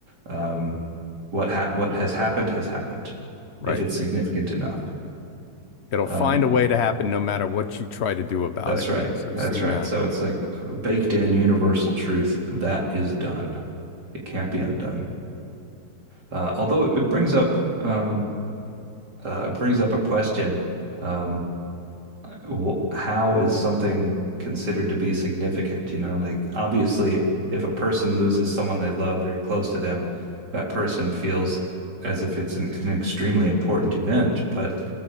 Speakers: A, on the right (about 55°); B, on the left (about 45°).
A: um, what ha what has happened has happened,
B: right.
A: if it's significant enough.
B: It'll
A: Um,
B: find a way to happen no matter what you try to do about
A: that's
B: it.
A: right.
B: Yes, I've
A: That's
B: seen
A: right.
B: that.
A: So it's like a baked in universal truth that is done. It can't be undone. Uh, although it, it brings up um, uh, it brings up a question. Um, wh- how is something considered to be significant? You know, like obviously, if a person loses someone they love very close to them, that person feels as if it's an, an extremely important event. But